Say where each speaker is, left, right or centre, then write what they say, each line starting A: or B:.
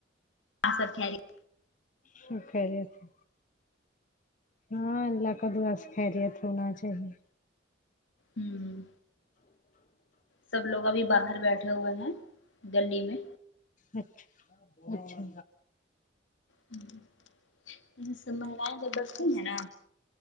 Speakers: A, on the left; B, on the left.
A: ہاں سب خیریت
B: سب خیریت ہے ہاں اللہ کا دعا سے خیریت ہونا چاہیے
A: ہ سب لوگ ابھی باہر بیٹھے ہوئے ہیں گلی میں
B: اچھا اچھا
A: ہممم یہ سب مہلائیں جب بیٹھتی ہے نا